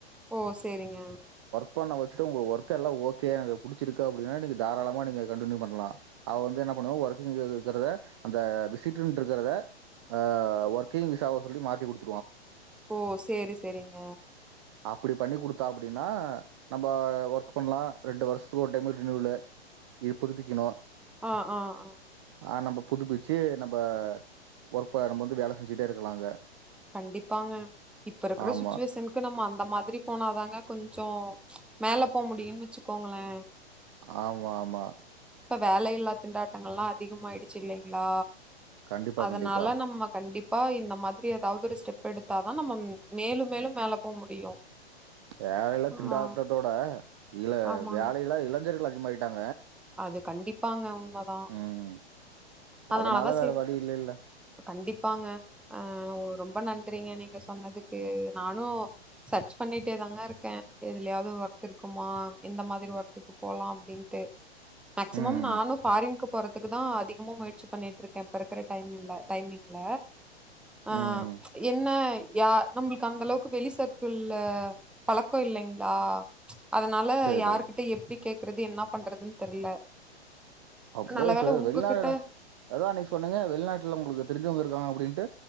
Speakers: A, in the centre; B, on the right.
A: ஓ சேரிங்க
B: பண்ணவச்சுட்டு ஒங்ளுக் ஒர்க எல்லா ஓகே எனக்கு புடிச்சிருக்கு அப்புடினா நீங்க தாராளமா நீங்க கண்டின்யு பண்ணலா அவ் வந்து என்ன பண்ணுவா ஒர்க்கியுத் இருக்குறத அந்த விசிட்டுன்றுக்குறத அ ஒர்கிங் விசாவ சொல்லி மாத்திகுடுத்
A: ஓ சேரி செரிங்க
B: அப்டிபண்ணி குடுத்தா அப்டின்னா நம்ப ஒர்க் பண்லா ரெண்டு வர்ஷ்த்துக்கு ஒரு டைம் ரினிவுலு ஈ புதுப்பிக்கிணு
A: ஆ ஆ ஆ
B: அ நம்ப புதுப்பிச்சு நம்ப ஒர்ப்ப நம் வந்து வேல செஞ்சுட்டே இருக்கலாங்க
A: கண்டிப்பாங்க இப்ப இருக்குற
B: ஆமா.
A: சுச்சுவேசன்க்கு நம் அந்த மாதுரி போனாதாங்க கொஞ்சொ மேலபோ முடியுன் வெச்சுக்கோங்ளே
B: ஆமா ஆமா
A: வேலையில்லா திண்டாட்டங்கள்ளா அதிகமாயிடுச்சி இல்லைங்ளா
B: கண்டிப்பா,
A: அதனால
B: கண்டிப்பா.
A: நம்ம கண்டிப் பா இந்த மாதுரி ஏதாவ்து ஒரு ஸ்டெப் எடுத்தாதா நம்மம் மேலு மேலு மேல போ முடியு
B: வேலையில
A: ஆ
B: திண்டாட்டத்தோட இல
A: ஆமாங்க
B: வேலையிலா இளைஞர்கள் அதிகமாயிட்டாங்க
A: அது கண்டிப்பாங்கவ் மதா
B: ம்.
A: அதனாலதா
B: அதனால
A: சே
B: வேற வழி இல்லல்ல.
A: கண்டிப் பாங்க அ ஒ ரொம்ப நன்றிங்க நீங்க சொன்னதுக்கு நானு சர்ச் பண்ணிட்டேத தங்க இருக்கே இதுல்யாவ்து ஒர்க் இருக்குமா இந்த மாதிரி ஒர்க்குக்கு போலா அப்டின்டு மேக்சிமம்
B: ம்,
A: நானு ஃபாரின்க்கு போறதுக்குதா அதிகமா முயற்சி பண்ணிட்ருக்கே பெறக்குற டைம் இல்ல டைமிங் ல அ அ
B: ம்.
A: என்ன யா நம்புள்க்கு அந்தளவுக்கு வெளி சர்க்குள்ள பலக்கொ இல்லைங்ளா அதனால
B: சரி.
A: யாருகுட்டு எப்டி கேக்றது என்னா பண்றதுன் தெர்ல
B: <unintelligible> <unintelligible>
A: நல்ல வேல உங்ககிட்ட
B: அதா அன்னக்கி சொன்னனே வெள்நாட்லம்ளுக்கு தெரிஞ்சவுங் இருக்காங்க அப்புடின்டு